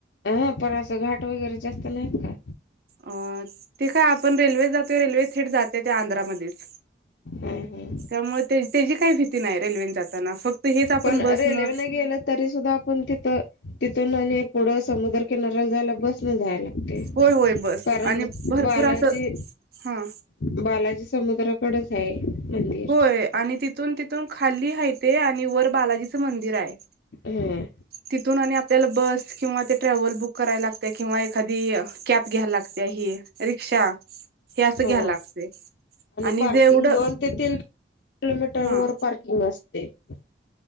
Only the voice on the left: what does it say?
ह पण असं घाट वगैरे जास्त नाहीत का?
ह
पण
रेल्वेने
गेलं तरी सुद्धा आपण तिथ आणि पुढं समुद्र किनाऱ्याला जायला बसणं जायला लागतय
कारण
बालाजी
बालाजी समुद्र कडंच आहे. मंदिर
ह
हा
पार्किंग
दोन ते तीन किलोमीटर
वर पार्किंग असतयं.